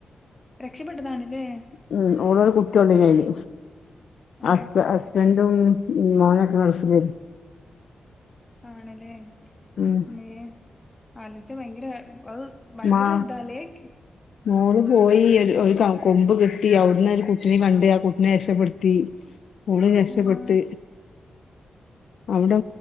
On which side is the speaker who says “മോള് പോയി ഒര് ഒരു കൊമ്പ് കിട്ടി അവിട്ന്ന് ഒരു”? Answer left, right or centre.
Left